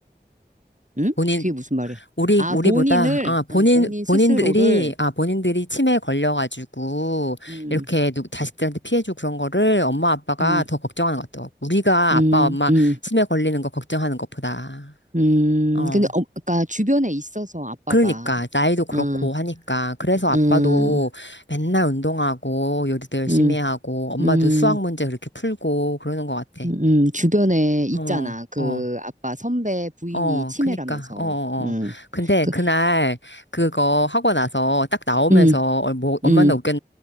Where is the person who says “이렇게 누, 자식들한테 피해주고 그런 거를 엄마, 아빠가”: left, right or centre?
Left